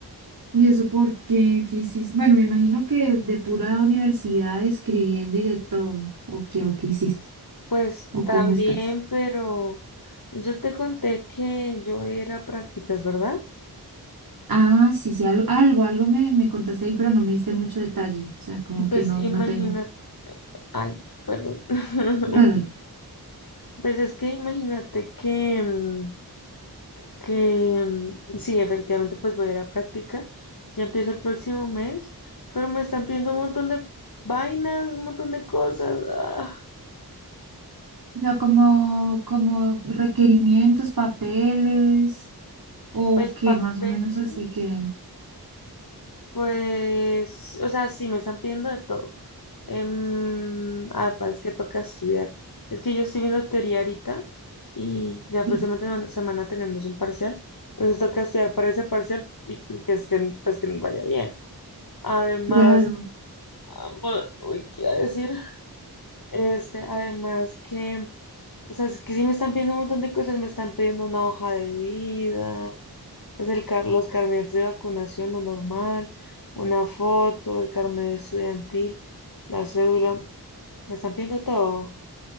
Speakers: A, on the right (about 60°); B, on the left (about 60°).
A: ¿y eso por qué? ¿Qué hiciste? Bueno, me imagino que de pura universidad escribiendo y de todo, o qué, o qué hiciste,
B: Pues
A: o
B: también,
A: cómo estás.
B: pero yo te conté que yo era a ir a prácticas, ¿verdad?
A: Ah, sí, sí, al- algo, algo, me, me contaste ahí, pero no me diste mucho detalle. O sea, como que
B: Pues
A: no,
B: imagínate,
A: no tengo.
B: ay, perdón. <laughs>
A: No, no.
B: Pues es que imagínate que, mm, que mm, sí, efectivamente, pues voy a ir a práctica. Ya empiezo el próximo mes, pero me están pidiendo un montón de vainas, un montón de cosas. ah,
A: O como, como requerimientos, papeles, o
B: pues papeles,
A: qué, más o menos así que.
B: pues, o sea, sí, me están pidiendo de todo. Em, ah, pues es que toca estudiar. Es que yo estoy viendo teoría ahorita y la
A: Sí,
B: próxima tema- semana tenemos un parcial, entonces toca estudiar para ese parcial y y que es que, pues, que nos vaya bien. Además,
A: claro.
B: ah, bu- uy, ¿qué iba a decir? Este, además que, o sea, es que sí me están pidiendo un montón de cosas, me están pidiendo una hoja de vida, pues el car- los carnets de vacunación, lo normal, una foto, el carnet estudiantil, la cédula, me están pidiendo todo,